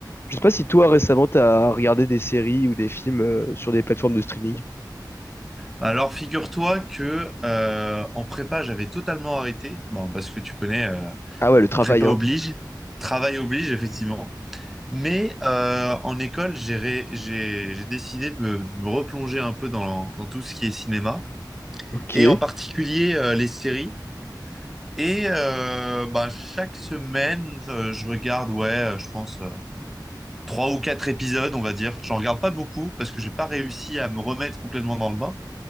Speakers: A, on the left; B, in the centre.
A: Je sais pas si toi récemment t'as regardé des séries ou des films euh, sur des plateformes de streaming.
B: Alors, figure-toi que euh, en prépa, j'avais totalement arrêté. Bon, parce que tu connais, euh,
A: Ah ouais, le travail,
B: prépa oblige,
A: hein.
B: travail oblige, effectivement. Mais euh, en école, j'ai ré- j'ai j'ai décidé de me, de me replonger un peu dans, dans tout ce qui est cinéma,
A: Ok.
B: et
A: Tu
B: en particulier euh, les séries. Et euh, bah, chaque semaine, euh, je regarde, ouais, euh, je pense euh, trois ou quatre épisodes, on va dire. J'en regarde pas beaucoup parce que j'ai pas réussi à me remettre complètement dans le bain.